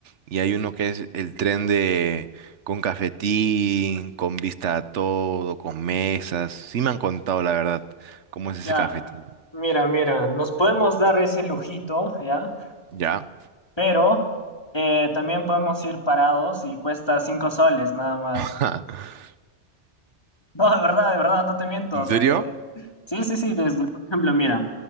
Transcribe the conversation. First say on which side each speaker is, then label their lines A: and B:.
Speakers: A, on the right; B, on the left.
A: y hay uno que es el tren de con cafetín, con vista a todo, con mesas. Sí me han contado la verdad cómo es ese
B: Ya,
A: cafetín.
B: Mira, mira, nos podemos dar ese lujito, ¿ya?
A: ¿Ya?
B: Pero eh, también podemos ir parados y cuesta cinco soles nada más.
A: <laughs>
B: No, de verdad, de verdad, no te miento.
A: ¿En
B: Desde
A: serio?
B: Sí, sí, sí, desde, por ejemplo, mira,